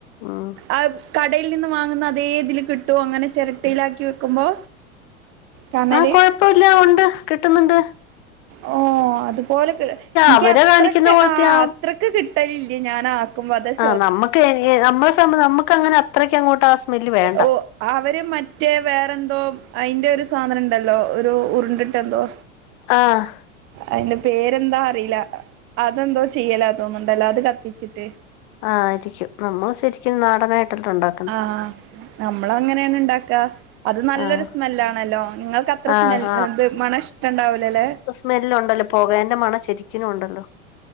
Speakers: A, on the left (about 40°); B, on the right (about 35°).
A: ഉം
B: അത് കടയിൽ നിന്ന് വാങ്ങുന്ന അതേ തില് കിട്ടോ അങ്ങനെ ചെരട്ടയിലാക്കി വെക്കുമ്പോ? കണല്
A: ആഹ് കൊഴപ്പോല്ല ഒണ്ട് കിട്ട്ന്ന്ണ്ട്.
B: ഓ... ഓ അതുപോലെ ക് ഇൻക്
A: അവരെ
B: അത്രക്ക്
A: കാണിക്കുന്ന പോലത്തെ
B: ആഹ്
A: ആ
B: അത്രക്ക് കിട്ടലില്ല ഞാൻ ആക്കുമ്പോ അതാ ചോ
A: ആഹ് നമ്മക്ക് നമ്മളെ സം നമ്മക്ക് അങ്ങനെ അത്രയ്ക്ക് അങ്ങോട്ട് ആ സ്മെല്ല് വേണ്ട
B: ഓ അവര് മറ്റേ വേറെന്തോ അയ്ന്റെ ഒരു സാധനണ്ടല്ലോ ഒരു ഉർണ്ട്ട്ടെന്തോ
A: ആഹ്
B: അയ്ന്റെ പേരെന്താ അറീല. അതെന്തോ ചെയ്യലാ തോന്ന്ണ്ടല്ലോ അത് കത്തിച്ച്ട്ട്
A: ആഹ് ആയിരിക്കും. നമ്മള് ശെരിക്കും നാടനായിട്ടല്ലെ ഉണ്ടാ
B: ആഹ് നമ്മളങ്ങനേണ് ണ്ടാക്കാ അത് നല്ലൊരു
A: ആഹ്
B: സ്മെല്ലാണല്ലോ, നിങ്ങൾക്കത്ര
A: ആഹ്
B: സ്മെല്ല് ഇത് മണം ഇഷ്ട്ടണ്ടാവൂലലേ?
A: സ്മെല്ലുണ്ടല്ലോ പോകേന്റെ മണം ശരിക്കിനൂണ്ടല്ലോ